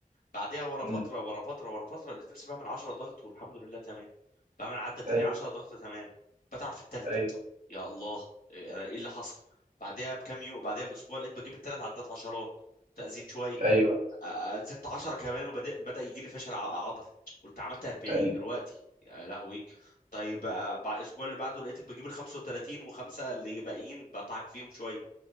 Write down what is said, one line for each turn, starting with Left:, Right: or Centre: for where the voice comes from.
Left: بعدها ورا
Right: امم
Left: فتره ورا فتره ورا فتره لقيت نفسي بعمل 10 ضغط والحمد لله تمام بعمل العده التانيه
Right: ايوه
Left: 10 ضغط تمام بتعب في التالته
Right: ايوه
Left: يا الله إيه انا ايه اللي حصل بعدها بكام يوم بعدها باسبوع لقيت بجيب التلات عدات عشرات تأزيد شوية
Right: ايوه
Left: آه، زدت 10 كمان وبدأ بدأ يجي لي فشل ع- عضلي قلت عملت 40
Right: ايوه
Left: دلوقتي يا لهوي طيب آه، بعد الاسبوع اللي بعده لقيتك بجيب ال 35 وخمسه اللي باقيين بتعب فيهم شويه